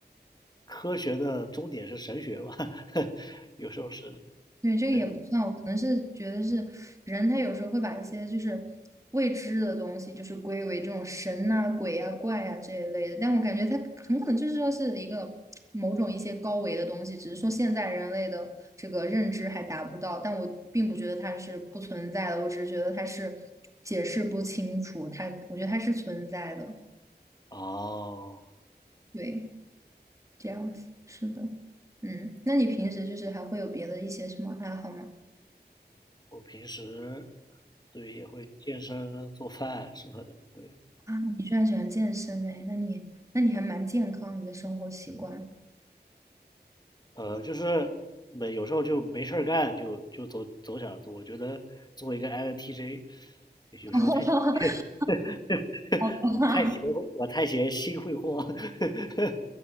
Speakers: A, on the left (about 25°); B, on the right (about 15°).
A: 科学的终点是神学吧？<laughs> 有时候是，
B: 对，这个也不算，
A: 对，
B: 我可能是觉得是人，他有时候会把一些就是未知的东西，就是归为这种神呐、鬼呀、怪呀、这一类的。但我感觉他很可能就是说是一个某种一些高维的东西，只是说现在人类的这个认知还达不到。但我并不觉得它是不存在的，我只是觉得它是解释不清楚，它我觉得它是存在的。
A: 哦，
B: 对，这样子，是的，嗯，那你平时就是还会有别的一些什么爱好吗？
A: 我平时对也会健身、做饭什么的，对，
B: 啊，你居然喜欢健身哎，那你那你还蛮健康，你的生活习惯。
A: 呃，就是没有时候就没事儿干，就就走走点儿我觉得作为一个 INTJ，有时候太
B: <laughs>
A: <laughs>
B: 好吧，
A: 我太闲，我太闲心会慌 <laughs>